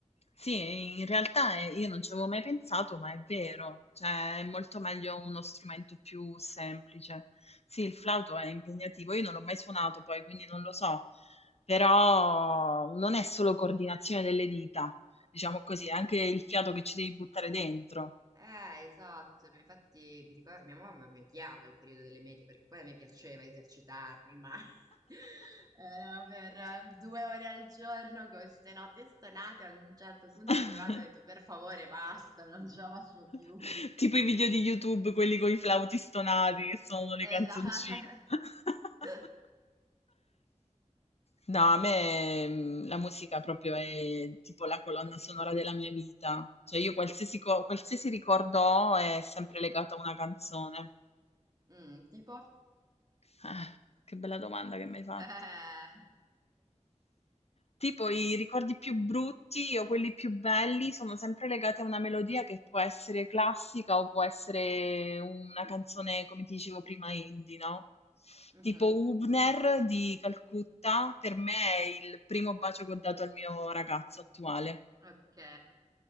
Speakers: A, on the left; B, on the right.
A: Sì, in realtà eh, io non ci avevo mai pensato, ma è vero, cioè è molto meglio uno strumento più semplice. Sì, il flauto è impegnativo, io non l'ho mai suonato poi, quindi non lo so, però non è solo coordinazione delle dita, diciamo così, è anche il fiato che ci devi buttare dentro.
B: Eh, esatto, ma infatti mi ricordo, mia mamma mi odiava il periodo delle medie perché poi a me piaceva esercitarmi, ma <laughs> era per eh, due ore al giorno con ste note stonate, a un certo punto
A: <laughs>
B: è arrivato e ho detto per favore basta, non ce la faccio
A: <laughs>
B: più.
A: Tipo i video di YouTube, quelli con i flauti stonati che sono le canzoncine.
B: Esatto.
A: <laughs>
B: <laughs>
A: No, a me mm, la musica proprio è tipo la colonna sonora della mia vita. Cioè io qualsiasi, co- qualsiasi ricordo ho è sempre legato a una canzone.
B: Mm, tipo?
A: Ah, che bella domanda che mi hai
B: <laughs>
A: fatto. Tipo i ricordi più brutti o quelli più belli sono sempre legati a una melodia che può essere classica o può essere una canzone, come ti dicevo prima, indie, no?
B: Mhm,
A: Tipo Hübner di Calcutta, per me è il primo bacio che ho dato al mio ragazzo attuale.
B: Ok.